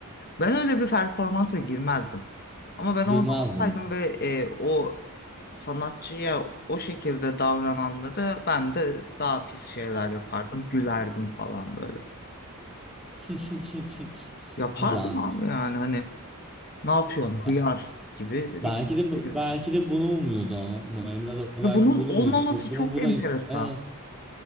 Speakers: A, on the left (about 45°); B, in the centre.
A: Ben öyle bir performansa girmezdim. Ama ben
B: Girmezdin.
A: orada olsaydım ve e, o sanatçıya o şekilde davrananlara ben de daha pis şeyler yapardım. Gülerdim falan böyle.
B: <laughs>
A: Yapardım
B: Güzelmiş.
A: abi yani hani Ne yapıyorsun?
B: Ya,
A: Hıyar gibi
B: belki
A: bir tepki
B: de bu-
A: veriyor.
B: belki de bunu umuyordu ama Marina da
A: Ve
B: belki
A: bunun
B: bunu
A: olmaması
B: umuyordu. Toplumun
A: çok
B: buna
A: enteresan.
B: is evet.